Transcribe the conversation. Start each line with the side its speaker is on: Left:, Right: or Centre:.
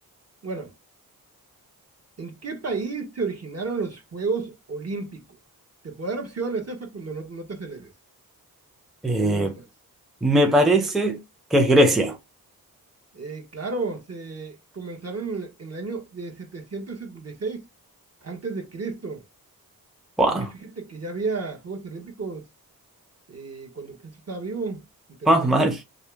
Right: Bueno, ¿en qué país se originaron los Juegos Olímpicos? Te puedo dar opciones, eh, Facundo, no, no te aceleres,
Centre: Eh,
Right: si gustas.
Centre: me parece
Right: Sí,
Centre: que es Grecia.
Right: eh, claro, se comenzaron en el, en el año de 776 antes de Cristo.
Centre: Wow,
Right: Uy, fíjate que ya había Juegos Olímpicos Y cuando Cristo estaba vivo, interesante,
Centre: más mal.